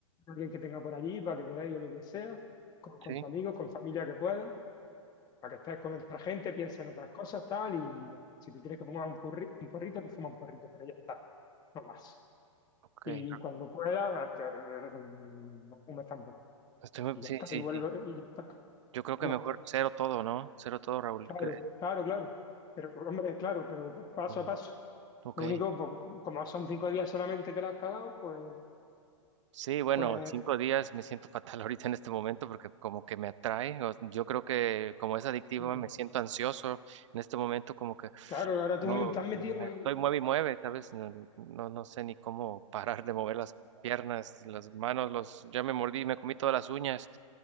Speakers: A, on the left; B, on the right.
A: alguien que tenga por allí, para que queráis o lo que sea, con, con
B: Sí,
A: tus amigos, con familia que puedas, para que estés con otra gente, pienses en otras cosas, tal, y ya. si te tienes que fumar un, purri- un porrito, pues fuma un porrito, pero ya está, no más.
B: ok.
A: Y
B: Ra-
A: cuando puedas, te- no fumes tampoco.
B: Estoy muy-
A: Y
B: Sí,
A: ya está,
B: sí,
A: y vuelve,
B: sí.
A: y ya está,
B: Yo creo que
A: ya
B: mejor
A: está.
B: cero todo, ¿no? Cero todo, Raúl.
A: Claro,
B: que-
A: claro, claro. Pero, hombre, claro, pero paso
B: Mm.
A: a paso.
B: Ok.
A: Lo único, pues, como son cinco días solamente que la has cagado, pues,
B: Sí, bueno,
A: pues,
B: cinco días me siento fatal <laughs> ahorita en este momento porque como que me atrae. o- Yo creo que como es adictivo
A: mm,
B: me siento ansioso en este momento como que
A: Claro, ahora tú
B: no
A: me- te has metido
B: me
A: un...
B: estoy mueve y mueve, ¿sabes? No, no, no sé ni cómo parar de mover las piernas, las manos, los ya me mordí, me comí todas las uñas.